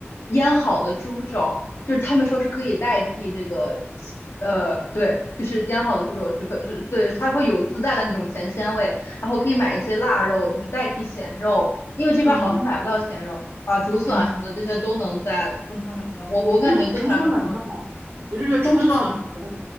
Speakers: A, on the left (about 65°); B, on the right (about 70°).
A: 腌好的猪肘，就是他们说是可以代替这个，呃，对，就是腌好的猪肘是可是对，
B: 哦，
A: 它会有自带的那种咸鲜味，然后可以买一些腊肉，就是代替咸肉，因为这边好像是买不到咸肉啊，
B: 嗯
A: 竹笋啊什么的这些都能在中超买到，
B: 嗯。
A: 我我感觉做起来还挺好
B: 没有竹笋买不到啊，我就觉得春笋买不到，
A: 中超